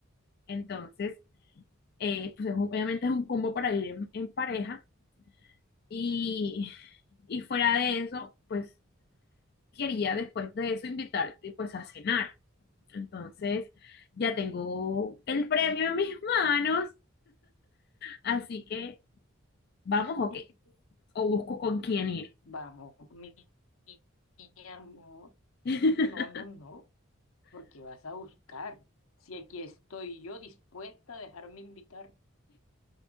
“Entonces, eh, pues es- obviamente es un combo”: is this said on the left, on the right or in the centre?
Left